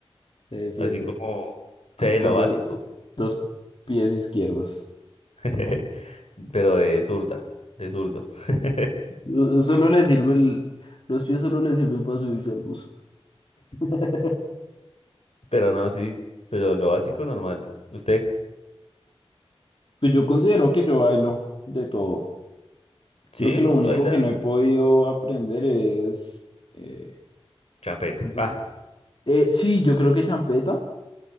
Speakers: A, on the left (about 55°); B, on the left (about 85°).
A: Se defiende.
B: Así como
A: como
B: sé
A: con
B: lo
A: dos,
B: básico.
A: dos pies izquierdos.
B: <laughs> Pero de zurda, de zurdo. <laughs>
A: Lo- Solo le sirve el- los pies solo le sirven para subirse al bus. <laughs>
B: Pero no, sí. Pero lo básico normal. ¿Usted?
A: Pues yo considero que yo bailo de todo.
B: Sí,
A: Creo que
B: uno
A: lo único
B: baila
A: que no he podido aprender es, eh,
B: champeta.
A: no sé.
B: Ah,
A: Eh, sí, yo creo que champeta